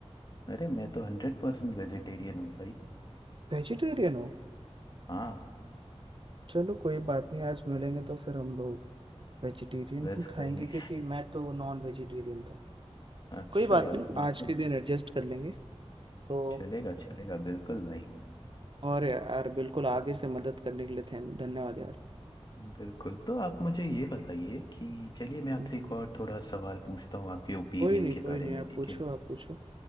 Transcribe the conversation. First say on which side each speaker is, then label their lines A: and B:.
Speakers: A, on the left; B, on the right.
A: अरे मैं तो हंड्रेड परसेंट वेजिटेरियन हूँ भाई
B: वेजिटेरियन हो
A: हाँ
B: चलो कोई बात नहीं आज मिलेंगे तो फिर हम लोग वेजिटेरियन
A: वेज
B: ही खाएंगे
A: खाएंगे
B: क्योंकि मैं तो नॉन वेजिटेरियन था
A: <laughs> अच्छा
B: कोई बात नहीं
A: मैं
B: आज
A: तो
B: के दिन एडजस्ट कर लेंगे तो
A: चलेगा चलेगा बिल्कुल भाई
B: और यार बिल्कुल आगे से मदद करने के लिए थैंक- धन्यवाद यार
A: बिल्कुल तो आप मुझे ये बताइए कि चलिए मैं आपसे
B: हम्म
A: एक और थोड़ा सवाल पूछता हूँ आपके ओपिनियन
B: कोई नहीं कोई
A: के बारे
B: नहीं
A: में
B: आप
A: ठीक
B: पूछो
A: है
B: आप पूछो